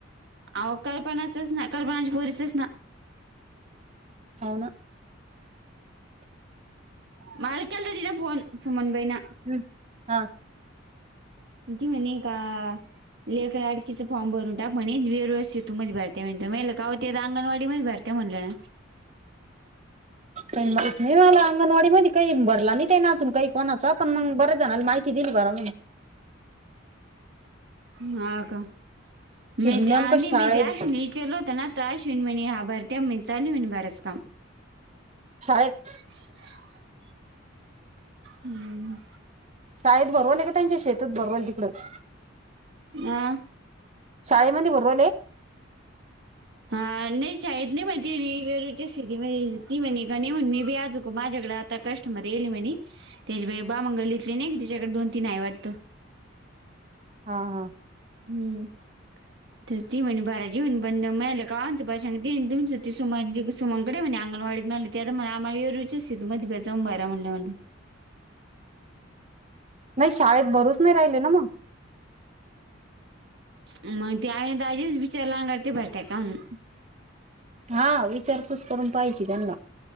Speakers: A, on the right; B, on the right.
A: अ कल्पनाचंच ना कल्पनापुरीचच ना
B: अना
A: मालिक्याला तर दिना फोन सुमनबाई ना
B: हम्म. हा
A: कटी म्हणे का लेक लाडकीचं फॉर्म भरून टाक म्हणे वेरळस येतू ममध्ये भरय म्हण म का होते अंगणवाडी मध्ये भर ते म्हणले
B: मा नाही मला अंगणवाडी मध्ये काही भरला नाही ते नाचून काही कोणाचा पण मग बऱ्याच जणाला माहिती दिली बरा
A: हा का
B: ती
A: म
B: नेमकं
A: आ
B: शाळेत
A: मी त्याश नि चल होताना ताश विणमणी हा भारतीय म मि चाल विणभारस काम
B: हळेत
A: <unintelligible> हम्म
B: शाळेत बरवल का त्यांच्या शेतत भरवाल तिकडच
A: हं
B: शाळेमध्ये बरवले
A: हा नाही शाळद नाही म ती वेरच्या स्थती म्ह ती म्हणी का नाही म्ह मे बी आजू माझ्याकडे आता कस्टमर येले म्हणे त्याच्या बामंगल इतले नाही की तच्याकडे दोन तीन आई वाटतं
B: हा हा
A: हम्म तर ती म्हणे बाराजी म्हणे बंद मिळालं का ब सांग त तुम सु सुमांकडे म्हणे अंगणवाडी म्ह ते आता मला आमला रुच तू मध्ये्या जाऊन बाय म्हणलं म्हटलं
B: नाही शाळेत भरूच नाही राहिले ना मग
A: मग ते आवे ना त आजीच विचारला अते भरतेय का मग
B: हा विचारपूस करून पाहिची त्यांग